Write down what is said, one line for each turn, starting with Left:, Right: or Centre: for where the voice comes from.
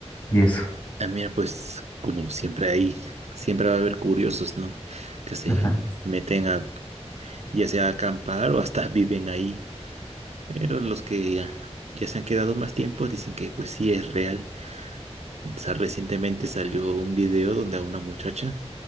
Left: y eso?
Right: Ah, mira, pues como siempre hay, siempre va a haber curiosos, ¿no? Que se
Left: Ajá,
Right: meten a, ya sea a acampar o hasta <laughs> viven ahí. Pero los que ya se han quedado más tiempo dicen que pues sí es real. sa- Recientemente salió un video donde a una muchacha